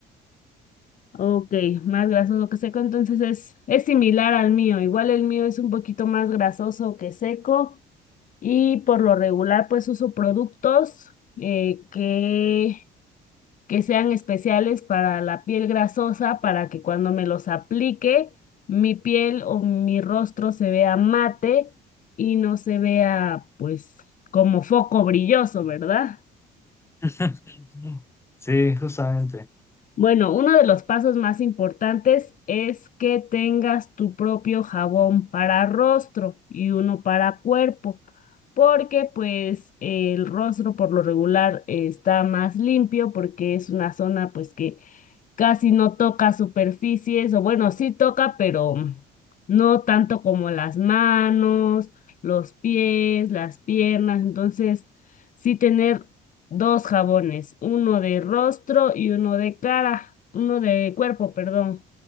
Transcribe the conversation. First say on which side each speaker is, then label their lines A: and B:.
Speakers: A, on the left; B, on the left.
A: Ok, más grasoso que seco, entonces es, es similar al mío. Igual el mío es un poquito más grasoso que seco. Y por lo regular, pues uso productos eh, que, que sean especiales para la piel grasosa, para que cuando me los aplique, mi piel o mi rostro se vea mate y no se vea, pues, como foco brilloso, ¿verdad?
B: <laughs> Sí, justamente.
A: Bueno, uno de los pasos más importantes es que tengas tu propio jabón para rostro y uno para cuerpo, porque pues el rostro por lo regular eh, está más limpio porque es una zona pues que casi no toca superficies, o bueno, sí toca, pero no tanto como las manos, los pies, las piernas. Entonces, sí tener dos jabones, uno de rostro y uno de cara, uno de cuerpo, perdón.